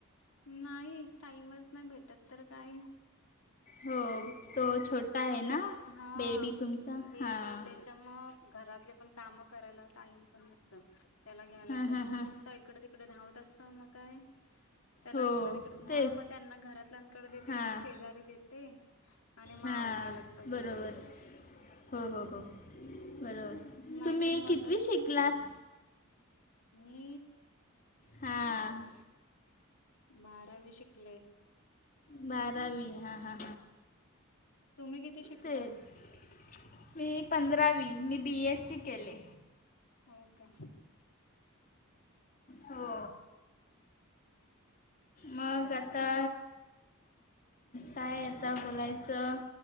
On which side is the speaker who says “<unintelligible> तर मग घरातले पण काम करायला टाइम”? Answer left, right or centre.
Left